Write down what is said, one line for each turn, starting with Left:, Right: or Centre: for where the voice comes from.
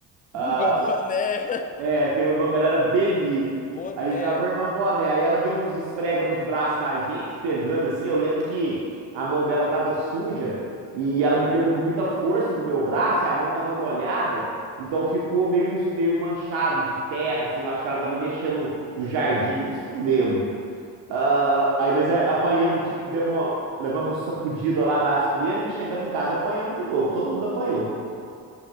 Right: Ah,
Left: Uma boné.
Right: é, porque o nome dela era Beni.
Left: <laughs> Boné.
Right: Aí a gente falava, irmã Boné. Aí ela deu uns esfrega nos braços da gente, pegando assim. Eu lembro que a mão dela tava suja e ela me pegou com muita força no meu braço e a mão tava molhada. Então ficou meio, meio manchado de terra, assim. Eu acho que ela tava mexendo no jardim, não, não lembro. Ah, aí, mas é, apanhamos, tipo, demos, uma- levamos sacudida lá das freiras e chegamos em casa, apanhamos de novo. Todo mundo apanhou.